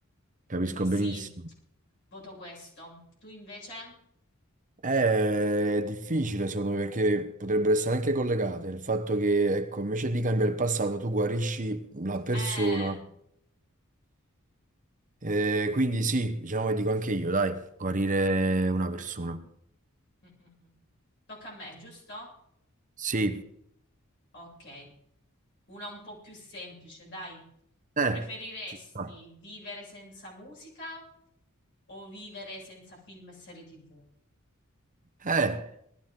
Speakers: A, on the right; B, on the left.
A: capisco
B: Quindi sì,
A: benissimo.
B: voto questo. Tu invece?
A: Eh, È difficile secondo me perché potrebbero essere anche collegate. Il fatto che, ecco, invece di cambiare il passato, tu guarisci la persona.
B: Eh.
A: Eh, quindi sì, diciamo che dico anche io, dai, guarire una persona.
B: Mm, mm, mm, mm. Tocca a me, giusto?
A: Sì,
B: Ok, una un po' più semplice, dai.
A: eh,
B: Preferiresti
A: ci sta.
B: vivere senza musica o vivere senza film e serie TV?
A: Eh,